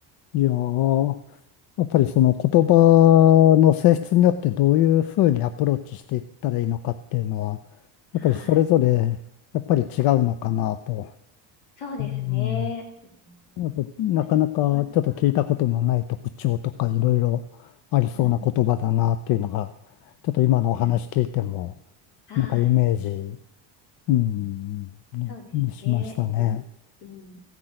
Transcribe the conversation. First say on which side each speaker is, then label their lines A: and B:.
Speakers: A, on the left; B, on the left.
A: いやーやっぱりその言葉の性質によってどういうふうにアプローチしていったらいいのかっていうのは、
B: はい。
A: やっぱりそれぞれやっぱり違うのかなと。
B: そうですね。
A: うん。
B: うん、
A: やっぱなかなかちょっと聞いたことのない特徴とかいろいろありそうな言葉だなっていうのが、
B: やっぱり、まずは、うん、
A: ちょっと今のお話聞いても、
B: うん、はい。
A: なんかイメージ、うん、
B: うんそうですね。
A: しましたね。
B: うん、うん。